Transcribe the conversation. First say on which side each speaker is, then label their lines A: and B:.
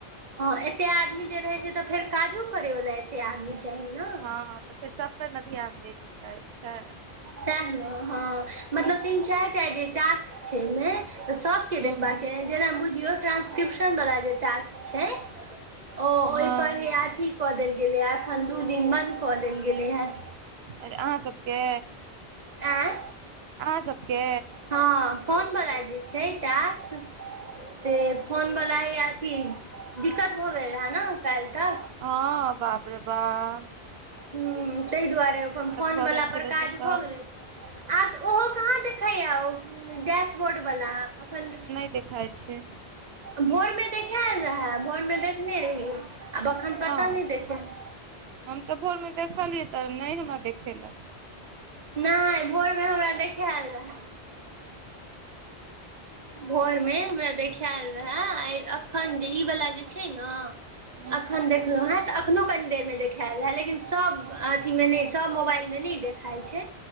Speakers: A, on the right (about 40°); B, on the right (about 70°).
A: ह एते आदमी जे रहे छै तऽ फेर काजो करे वाला एते आदमी चाही ने
B: हँ तऽ फेर सबपे ने ध्यान द छै
A: सएह ने हँ मतलब तीन चारि टा जे टास्क छै ओमे त सभ
B: हूँ
A: देख छै जेना बुझियौ ट्रा्सक्रिप्शन वला जे टास्क छै ओ ओहिपर
B: हँ
A: हे अथी कऽ देल गेलैए य एखन दू दिन बन्द कऽ देल गेलै हेँ
B: अहाँ सबके
A: आँय
B: अहाँ सबके
A: हँ फोन वला जे छै टास से फोन वला ह अथी दिक्कत भऽ गेल रहे ने काल्हि तक
B: हँ बाप रे बाह
A: ह तहि दुआरे अपन फोन
B: भऽ
A: वला
B: गेल
A: पर
B: छलै
A: काज
B: से तऽ
A: भऽ गेलै आ ओहो कहाँ देखैए ओ डैशबोर्डवला एखन
B: देखा छै
A: भोरमे देखायल रहै भोरमे देखने रहियै आब अखन पता
B: हँ
A: नहि देखेल
B: हम तऽ भोरमे देखलियै तऽ नहि हमरा देखेलक
A: नहि भोरमे हमरा देखायल रहय भोर मे हमरा देखायल रहे आ अखन जे ई वाला जे छै ने
B: हूँ
A: अखन देखलहु हे तऽ अखनो कनि देरमे देखाायल रहय लेकिन सभ अथीमे नहि सभ मोबाइलमे नहि देखाइ छै